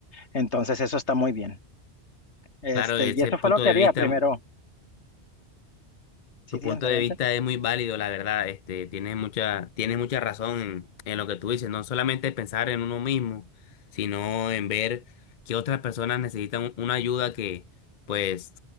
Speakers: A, on the left; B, on the left.
A: Entonces eso está muy bien. Este,
B: Claro, desde
A: y eso
B: ese punto
A: fue lo que
B: de
A: haría
B: vista
A: primero. Sí,
B: Tu
A: sí,
B: punto
A: adelante.
B: de vista es muy válido, la verdad. Este, tienes mucha, tienes mucha razón en, en lo que tú dices. No solamente pensar en uno mismo, sino en ver que otras personas necesitan una ayuda que, pues,